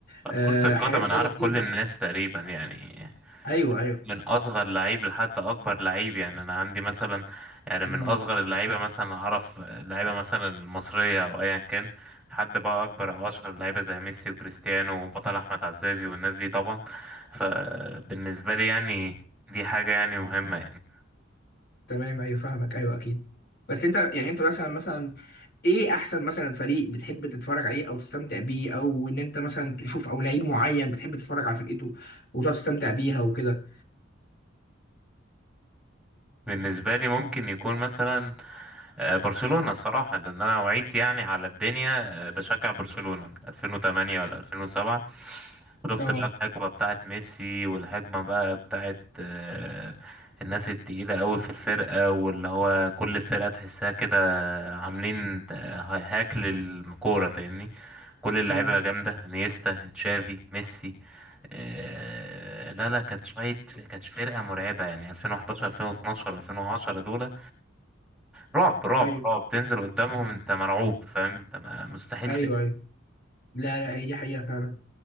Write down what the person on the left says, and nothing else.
آه
حاجات
تانية
كتير
بقى
ايوه ايوه
مم.
تمام ايوه فاهمك ايوه اكيد بس انت يعني انت مثلا مثلا ايه احسن مثلا فريق بتحب تتفرج عليه او تستمتع بيه او ان انت مثلا تشوف او لعيب معين بتحب تتفرج على فرقته وتقعد تستمتع بيها وكده
اه
امم
ايوه
ايوه
ايوه لا لا هي دي حقيقة فعلا